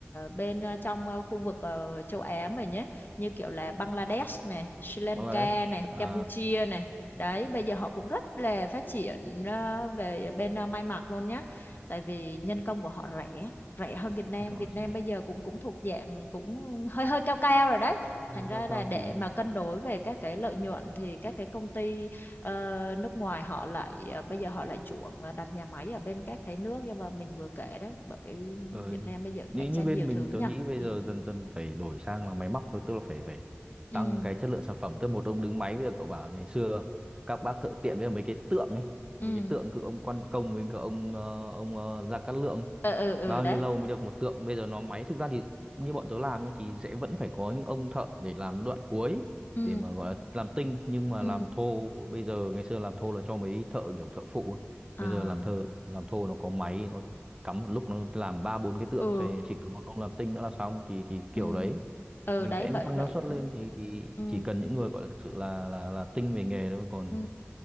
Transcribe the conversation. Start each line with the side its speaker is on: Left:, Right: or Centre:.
Left: bên ờ, trong ờ, khu vực ờ, châu Á mình nhé như kiểu là Bangladesh này Sri Lanka
Right: Bangladesh
Left: này
Right: ờ,
Left: Campuchia này đấy bây giờ họ cũng rất là phát triển ờ, về ờ, bên ờ, may mặc luôn nhé, tại vì nhân công của họ rẻ rẻ hơn Việt Nam
Right: cái cậu
Left: Việt
Right: là gì
Left: Nam bây giờ cũng cũng thuộc dạng cũng hơi hơi cao cao rồi đấy thành
Right: Nâng
Left: ra
Right: cao
Left: là
Right: cao
Left: để
Right: thì
Left: mà cân đối về các cái lợi nhuận thì các cái công ty ờ, nước ngoài họ lại ờ, bây giờ họ lại chuộng ờ, đặt nhà máy ở bên các cái nước nhưng mà mình vừa kể đấy bởi
Right: Ờ,
Left: Việt Nam bây giờ cũng
Right: như
Left: cạnh tranh
Right: như bên
Left: nhiều
Right: mình
Left: thứ nha
Right: tớ nghĩ bây
Left: ừ
Right: giờ dần dần phải đổi sang là máy móc thôi tức là phải phải
Left: ừ
Right: tăng cái chất lượng sản phẩm tức là một ông đứng máy bây giờ cậu bảo ngày xưa các bác thợ tiện với mấy cái tượng ấy
Left: ừ
Right: mấy cái tượng cứ ông Quan Công với cả ông ờ, ông ờ, Gia Cát Lượng ấy.
Left: ừ ừ, ừ
Right: bao
Left: đấy
Right: nhiêu lâu mới được một tượng bây giờ nó máy thực ra thì như bọn tớ làm nhá thì sẽ vẫn phải có những ông thợ để làm đoạn cuối
Left: ừ
Right: để mà gọi là làm tinh nhưng mà
Left: ừ
Right: làm thô bây giờ ngày xưa làm thô là cho mấy thợ kiểu thợ phụ ấy.
Left: à
Right: bây giờ làm thợ làm thô nó có máy nó cắm một lúc nó làm ba bốn cái tượng
Left: ừ
Right: xoay chỉ cần một ông làm tinh nữa là xong thì thì kiểu
Left: ừ
Right: đấy
Left: ừ
Right: mình
Left: đấy
Right: sẽ
Left: bởi
Right: tăng
Left: vậy
Right: năng suất lên thì thì
Left: ừ
Right: chỉ cần những người gọi là thực sự là là là tinh về nghề thôi còn
Left: ừ